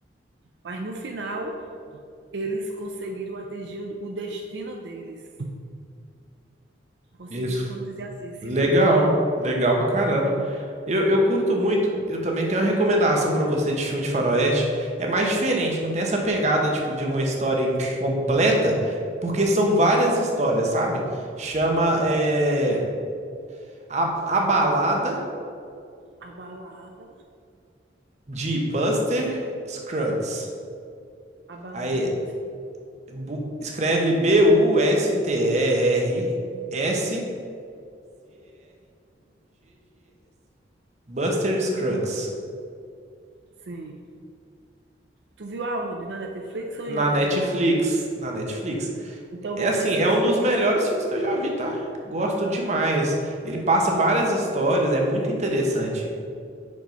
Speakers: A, on the right (about 70°); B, on the right (about 40°).
A: Mas no final, eles conseguiram atingir o destino deles. Conseguiram,
B: Isso
A: vamos dizer assim, se
B: Legal,
A: vingar, né?
B: legal pra caramba. Eu, eu curto muito. Eu também tenho uma recomendação pra você de filme de faroeste. É mais diferente, não tem essa pegada tipo de uma história incompleta, porque
A: Sim,
B: são várias histórias, sabe? Chama é, a, a Balada
A: a balada,
B: de Buster Scruggs.
A: a balada
B: Aí
A: de Bandido.
B: bu- escreve B-U-S-T-E-R-S-C-R-U-G-G-S. Buster Scruggs.
A: Sim, sim. Tu viu aonde? Na Netflix ou
B: Na
A: em outra
B: Netflix,
A: plataforma?
B: na Netflix.
A: Então eu
B: É
A: vou
B: assim,
A: pesquisar.
B: é um dos melhores filmes que eu já vi, tá? Gosto demais. Ele passa várias histórias, é muito interessante.